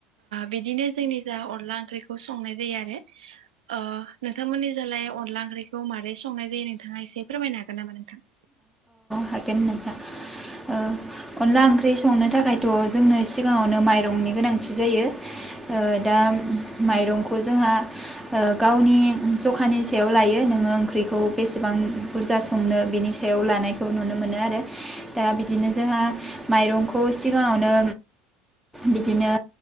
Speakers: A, on the right; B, in the centre.
A: बिदिनो जोंनि जा अनला ओंख्रिखौ संनाय जायो आरो अ नोंथांमोननि जालाय अनला ओंख्रिखौ मारै संनाय जायो <unintelligible> नोंथाङा एसे फोरमायनो हागोन नामा नोंथां?
B: हागोन नोंथां ओ अनला ओंख ओंख्रि संनो थाखायथ' जोंनो सिगाङावनो माइरंनि गोनांथि जायो। ओ दा माइरंखौ जोंहा ओ गावनि जखानि सायाव लायो नोङो ओंख्रिखौ बेसेबां बुरजा संनो बिनि सायाव लानायखौ नुनो मोनो आरो। दा बिदिनो जोंहा माइरंख खौ सिगाङावनो बिदिनो